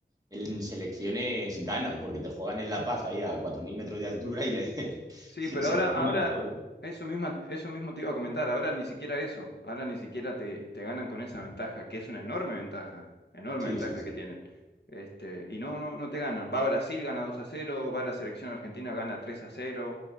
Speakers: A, on the right; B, on the left.
A: en selecciones ganan, porque te juegan en La Paz ahí a 4.000 metros de altura y, le, <laughs>
B: Sí, pero
A: y se
B: ahora,
A: los funden
B: ahora,
A: a todos, ¿eh?
B: eso misma, eso mismo te iba a comentar, ahora ni siquiera eso, ahora ni siquiera te, te ganan con esa ventaja, que es una enorme ventaja, enorme
A: Sí,
B: ventaja
A: sí, sí.
B: que tienen. Este, y no, no, no te ganan. Va Brasil, gana 2 a cero. va la selección argentina, gana 3 a cero.